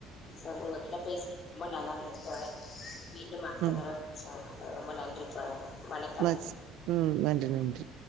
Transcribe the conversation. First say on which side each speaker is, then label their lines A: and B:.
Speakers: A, on the left; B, on the right.
A: சரி உங்ககிட்ட பேசி ரொம்ப நல்லா இருந்தது தோழர் மீண்டு அடுத்ததடவ
B: ம்
A: பேசுவோ ரொம்ப நன்றி தோழர் வணக்கம்
B: என்னாச்சு ம் நன்றி நன்றி